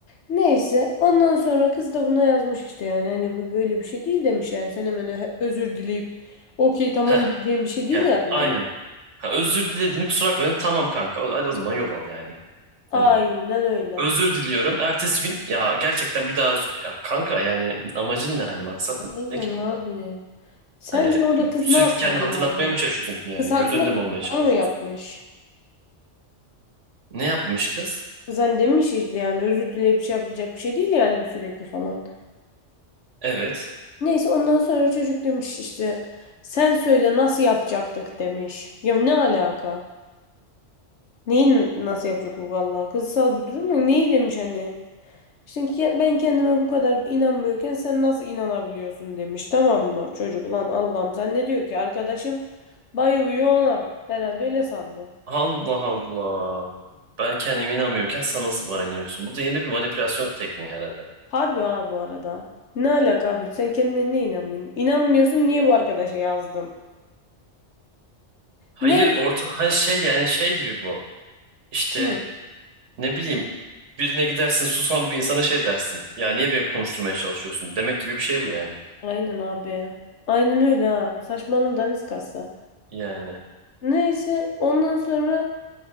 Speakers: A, on the left; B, on the right.
A: Neyse ondan sonra kız da buna yazmış işte yani hani bu böyle bir şey değil demiş yani sen hemen ö- özür dileyip okey tamam
B: Heh
A: diyeceğim bir şey değil
B: ya
A: yani
B: aynen.
A: demiş
B: Ha, özür dilediğini kusura bakmayın. Tamam kanka hadi o zaman yol al yani.
A: Aynen
B: Hani
A: öyle.
B: özür diliyorum. Ertesi gün ya gerçekten bir daha özür... Ya kanka yani amacın ne hani maksat
A: Aynen
B: ne ki burada?
A: abi. Sence
B: Hani
A: orada kız
B: sürekli
A: ne yapmalı
B: kendini hatırlatmaya
A: yani?
B: mı çalışıyorsun yani?
A: Kız haklı
B: Göz önünde mi olmaya çalışıyorsun?
A: doğru mu yapmış?
B: Ne yapmış kız?
A: Kız hani demiş işte yani özür dileyip şey yapabilecek bir şey değil yani bu sürekli falan.
B: Evet.
A: Neyse ondan sonra çocuk demiş işte sen söyle nasıl yapacaktık demiş. Ya ne alaka? Neyi nasıl yapacaktık vallahi? Kızsal bir durum mu? Neyi demiş hani? İşte ki ben kendime bu kadar inanmıyorken sen nasıl inanabiliyorsun demiş tamam mı? Çocuk ulan Allah'ım sen ne diyor ki arkadaşım bayılıyor ona. Herhalde öyle sandı.
B: Allah Allah. Ben kendime inanmıyorken sen nasıl bana inanıyorsun? Bu da yeni bir manipülasyon tekniği herhalde.
A: Harbi ha bu arada. Ne alaka abi? Sen kendine niye inanmıyorsun? İnanmıyorsun niye bu arkadaşa yazdın?
B: Hayır
A: Neyse.
B: orta hani şey yani şey gibi bu. İşte
A: Hı.
B: ne bileyim birine gidersin susan bir insana şey dersin. Ya niye beni konuşturmaya çalışıyorsun? Demek gibi bir şey bu yani.
A: Aynen abi. Aynen öyle ha. Saçmalığın daniskası.
B: Yani
A: Neyse ondan sonra